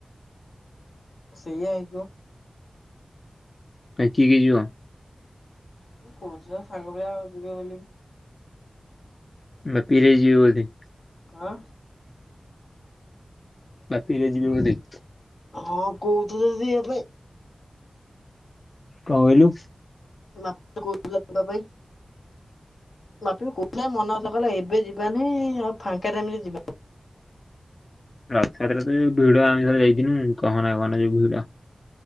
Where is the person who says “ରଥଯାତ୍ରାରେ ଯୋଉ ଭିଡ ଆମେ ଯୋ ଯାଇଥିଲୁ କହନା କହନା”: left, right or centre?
Left